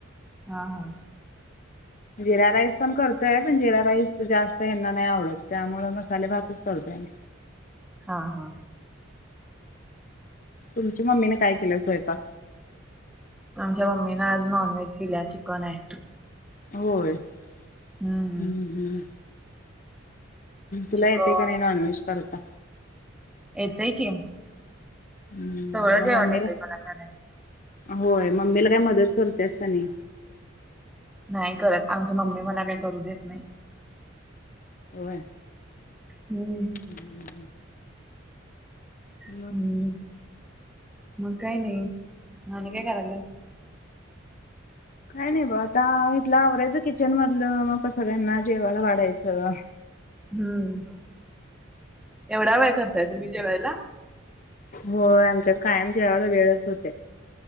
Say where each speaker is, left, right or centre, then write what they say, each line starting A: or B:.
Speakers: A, in the centre; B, on the left (about 40°).
A: हा, हा
B: जिरा राईस पण करतोय पण जिरा राईस तर जास्त ह्याना नाही आवडत त्यामुळे मसाले भातच करतोय आम्ही
A: हा, हा
B: तुमच्या मम्मीने काय केलीय स्वयंपाक
A: आमच्या मम्मीन आज नॉनव्हेज केल्या चिकन आहे
B: होय हम्,
A: हम्म.
B: हम्म तुला
A: चिकन
B: येते का नाही नॉनव्हेज करता
A: येतय की
B: हम्म
A: सगळं जेवण
B: मम्मीला
A: येतय मला करायला.
B: होय मम्मीला काय मदत करत्यास का नाही
A: नाही करत आमची मम्मी मला काही करू देत नाही
B: होय
A: हम्म
B: <inaudible> मग
A: हम्म मग काही नाही आणि काय करायलास
B: काय नाही ब आता इथलं आवरायचं किचन मधलं मग सगळ्यांना जेवायला वाढायचं
A: हम्म एवढा वेळ करताय तुम्ही जेवायला
B: हो आमच्या कायम जेवाला वेळच होतय